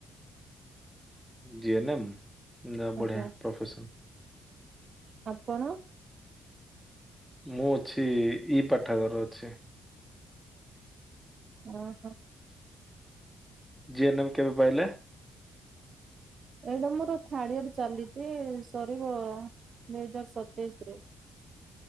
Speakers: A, in the centre; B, on the right.
A: ଜି ଏନ ଏମ୍ ଯ
B: ଆଜ୍ଞା।
A: ବଢିଆ ପ୍ରୋଫସର
B: ଆପଣ?
A: ମୁଁ ଅଛି ଇ ପାଠାଗାର ଅଛି।
B: ଓ ହୋ।
A: ଯିଏ ନେମ କେବେ ପାଇଲେ?
B: ଏଇଟା ମୋର ଥାର୍ଡ ଇୟର ଚାଲିଛି ସରିବ ଦୁଇହଜାର ସତେଇଶରେ।